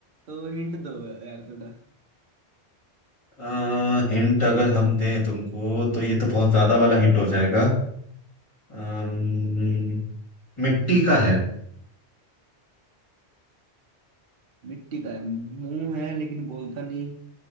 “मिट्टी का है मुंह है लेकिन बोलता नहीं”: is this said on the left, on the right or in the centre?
Right